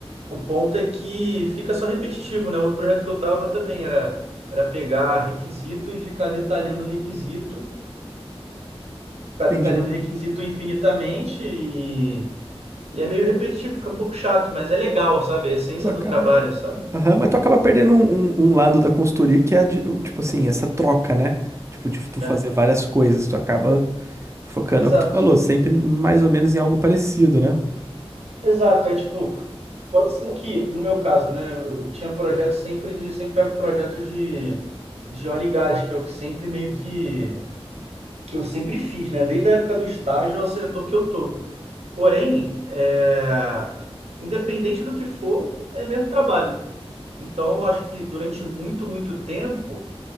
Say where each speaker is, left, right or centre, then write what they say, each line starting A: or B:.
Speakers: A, on the right (about 85°); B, on the right (about 25°).
A: o ponto é que fica só repetitivo, né? Outro projeto que eu tava também era, era pegar requisito e ficar detalhando requisito, ficar
B: Entendi.
A: detalhando requisito infinitamente e, e é meio repetitivo, fica um pouco chato, mas é legal, sabe? É A essência
B: tu acaba.
A: do trabalho, sabe?
B: Aham, mas tu acaba perdendo um, um- um lado da consultoria que é, de- o- tipo assim, essa troca, né? Tipo, de tu
A: É,
B: fazer várias coisas, tu acaba focando,
A: exato.
B: é o que tu falou, sempre mais ou menos em algo parecido, né?
A: Exato, é tipo, pode ser que, no meu caso, né, eu tinha projetos sempre de, sempre pego projetos de, de óleo e gás, que é o que sempre meio que, que eu sempre fiz, né, desde a época do estágio ao setor que eu tô. Porém, é, independente do que for, é mesmo trabalho. Então, eu acho que durante muito, muito tempo,